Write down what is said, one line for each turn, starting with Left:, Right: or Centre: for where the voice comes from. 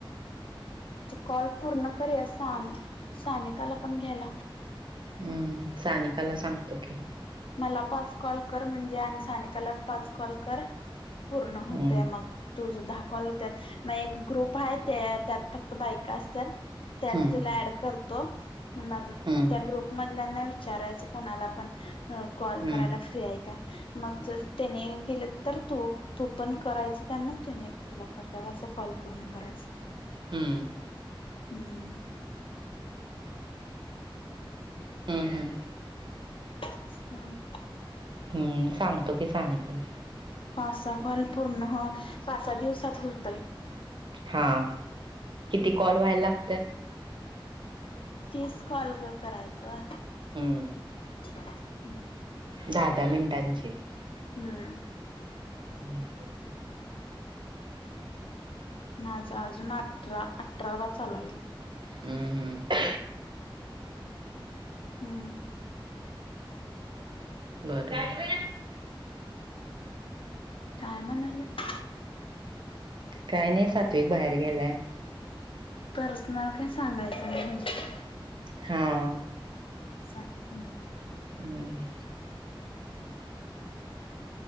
Left: तू कॉल पुर्ण कर ह्या साधी सानिकाला पण घ्याला
Right: हम्म सानिकाला सांगतो की.
Left: मला पाच कॉल कर म्हणजे आणि सानिकाला पाच कॉल कर. पूर्ण होतया
Right: हम्म
Left: मग. तुझं दहा कॉल होत्यात म एक ग्रुप हाय त्यात फक्त बायका असत्याल‌ त्यात
Right: हम्म
Left: तुला ऍड करतो मग
Right: हम्म
Left: त्या ग्रुप मधल्यांना विचारायचं कोणाला पण अ कॉल
Right: हम्म
Left: करायला फ्री हाय का मग जर त्यानी केली तर तु तु पण करायचं त्यांना तुनी तूला करता करता कॉल पूर्ण करायच्
Right: हम्म.
Left: हम्म
Right: हुं हुं.
Left: सांग.
Right: हुम्म सांगतो की सानिकाला.
Left: पाच सा कॉल पूर्ण हं पाच सा दिवसात होतंय.
Right: हा किती कॉल व्हायला लागत्यात.
Left: तीस कॉल ग करायचं.
Right: हं.
Left: हम्म.
Right: दहा दहा मिनटांचे.
Left: हम्म.
Right: हम्म.
Left: माझा अजून अठरा अठरावा चालू आये.
Right: हम्म हम्म
Left: हम्म.
Right: बरं.
Left: काय म्हणालात?
Right: काय नाही सात्विक बाहेर गेलाय.
Left: पर्सनल काही सांगायचं नाही ह्याच्यात.
Right: हा.
Left: हम्म.
Right: हम्.